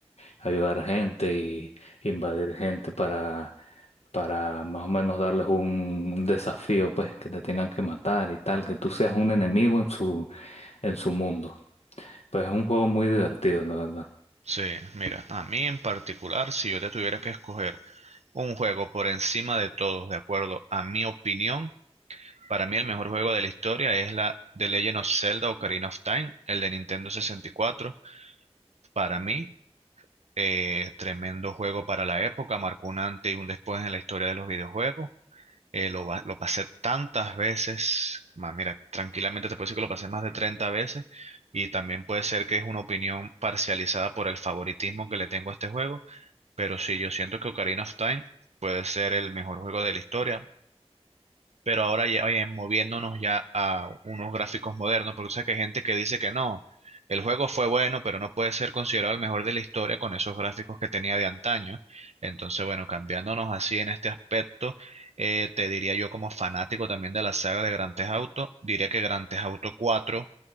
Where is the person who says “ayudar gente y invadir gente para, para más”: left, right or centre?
Left